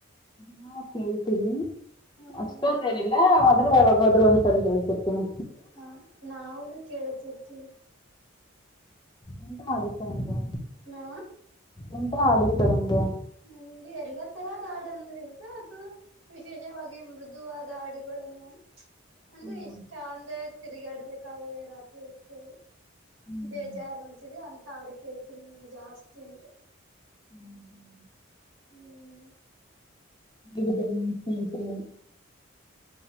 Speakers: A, on the left; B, on the right.
A: ನಾ ಕೇಳ್ತೀನಿ
B: ಹ್ಮ
A: ಅಷ್ಟೊಂದ್
B: ನಾ
A: ಏನಿಲ್ಲ ಆದ್ರೂ ಆವಾಗ ಹೋದ್ರೆ ಒಂದ್ಸರಿ ಹೇಳ್ತಿರ್ತಿನಿ
B: ಹ ನಾವುನು ಕೇಳಿದ್ ತಿರ್ಚಿ
A: ಎಂತ ಮಾಡಿತ್ತು ನಿಮ್ಗೆ
B: ನಾ
A: ಎಂತ ಆಡಿತ್ತು ನಿಮ್ಗೆ
B: ನಮ್ಗೆ ಎಲ್ಲ ತರದ್ ಹಾಡು ಅಂದ್ರೆ ಇಷ್ಟ ಅದು ವಿಶೇಷವಾಗಿ ಮೃದುವಾದ ಹಾಡುಗಳನ್ನು ಅಂದ್ರೆ
A: ಹ್ಮ್
B: ಇಷ್ಟ ಅಂದೆ ತಿರುಗಾಡ್ಬೇಕಾದ್ರೆ ರಾತ್ರಿ ಹೊತ್ತು
A: ಹ್ಮ್
B: ಬೇಜಾರು ಅನ್ಸಿದೆ ಅನ್ ತಾಡು ಕೇಳ್ತೀನಿ ನಾನು ಜಾಸ್ತಿ ಅಂದರೆ
A: ಹ್ಮ್ ಹ್ಮ್ <inaudible>
B: ಹ್ಮ್
A: ಇಗದೆ ಸ್ನೇಹಿತರೇ